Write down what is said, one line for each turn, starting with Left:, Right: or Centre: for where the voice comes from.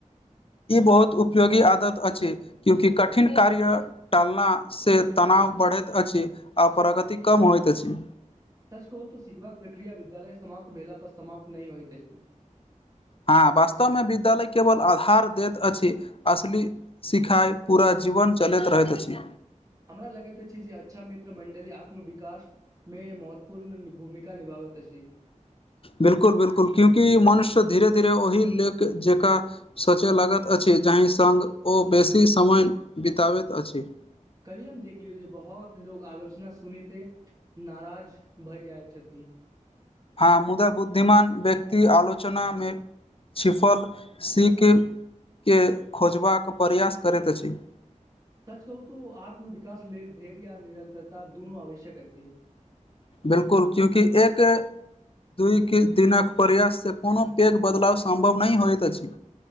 Left: ई बहुत उपयोगी आदत अछि क्योंकि कठिन कार्य टालना से तनाव बढ़ैत अछि आ प्रगति कम होइत अछि।
Right: सच कहू तू सीखबाक प्रक्रिया विद्यालय समाप्त भेला पर समाप्त नहि होइत अछि।
Left: हँ वास्तवमे विद्यालय केवल आधार देत अछि असली सिखाइ पूरा जीवन चलैत रहैत अछि।
Right: हमरा लगैत अछि जे अच्छा मित्र मंडली आत्मविकास मे महत्वपूर्ण भूमिका निभावत अछि।
Left: बिलकुल बिलकुल क्यूंकि मनुष्य धीरे धीरे ओहि लेक जेका सोचय लागत अछि जाहि सङ्ग ओ बेसी समय बिताबैत अछि।
Right: कल्हीये हम देखलियो जे बहुत लोग आलोचना सुनते नाराज भय जाय छथि।
Left: हां मुदा बुद्धिमान व्यक्ति आलोचना मे छिफल सी के के खोजबाक प्रयास करैत अछि।
Right: सच कहू तो आत्म विकास लेल धैर्य आ निरंतरता दुनू आवश्यक अछि।
Left: बिल्कूल क्युकि एक दुइ के दिनक प्रयास से कोनो पैघ बदलाव सम्भव नहि होइत अछि।